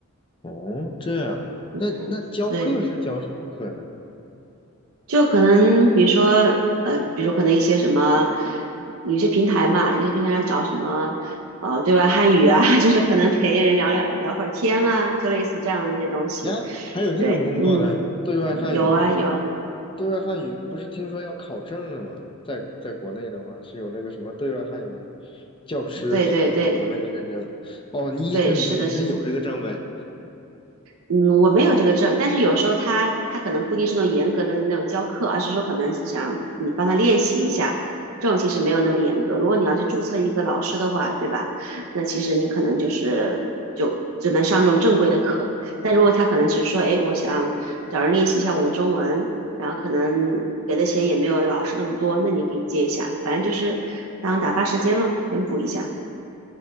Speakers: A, on the left (about 25°); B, on the right (about 85°).
A: 哦，这样，那那教课是教什么课呢？
B: 嗯，对。就可能比如说，呃，比如可能一些什么，有些平台嘛，有些平台上找什么，呃，对外汉语啊，<laughs> 就是可能陪人聊聊聊会儿天啊，就类似这样的一些东西。
A: 呀，还有这种工作呢？
B: 对，嗯，
A: 对外汉语，
B: 有啊有啊，
A: 我对外汉语不是听说要考证了吗？在在国内的话，是有那个什么对外汉语教师什么什么什么那个认证。
B: 对对对
A: 哦，你意思你你是有这个证呗？
B: 对，是的是的。嗯，我没有这个证，但是有时候他他可能不一定是那种严格的那种教课，而是说可能想你帮他练习一下，这种其实没有那么严格。如果你要去注册一个老师的话，对吧？那其实你可能就是就只能上这种正规的课。但如果他可能只是说，哎，我想找人练习一下我的中文，然后可能给的钱也没有老师那么多，那你可以接一下，反正就是当打发时间咯，填补一下。<laughs>